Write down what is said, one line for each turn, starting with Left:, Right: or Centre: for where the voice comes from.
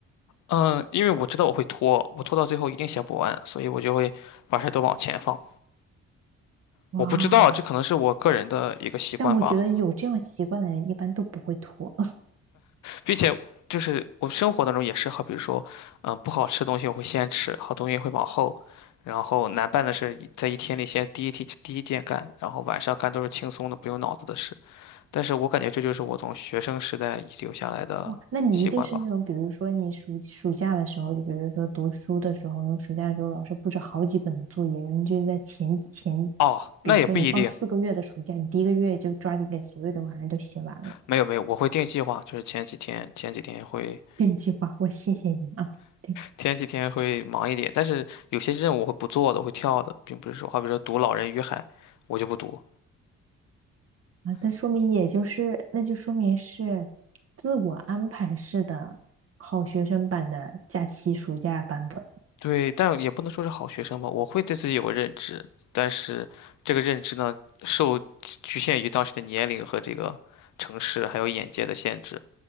Left: 嗯，因为我知道我会拖，我拖到最后一定写不完，所以我就会把事儿都往前放。
Right: 哇，
Left: 我不知道，这可能是我个人的一个习惯吧，
Right: 但我觉得有这样习惯的人一般都不会拖。
Left: 并且就是我生活当中也是，好比如说，嗯，不好吃的东西我会先吃，好东西会往后，然后难办的事在一天里先第一天第一件干，然后晚上干都是轻松的不用脑子的事。但是我感觉这就是我从学生时代遗留下来的习惯吧。
Right: 哇，那你一定是那种，比如说你暑暑假的时候，就比如说读书的时候，你暑假的时候老师布置好几本作业，然后你就在前几前，
Left: 哦，
Right: 比如说你放四个月的暑假，
Left: 那也不一定，
Right: 你第一个月就抓紧给所有的玩意儿都写完了，
Left: 没有没有，我会定计划，就是前几天前几天会
Right: 定计划，我谢谢你啊，对
Left: 前几天会忙一点，但是有些任务我会不做的，我会跳的，并不是说，好比说读《老人与海》，我就不读。
Right: 啊，那说明也就是，那就说明是自我安排式的好学生版的假期暑假版本。
Left: 对，但也不能说是好学生吧，我会对自己有个认知，但是这个认知呢，受局限于当时的年龄和这个城市还有眼界的限制。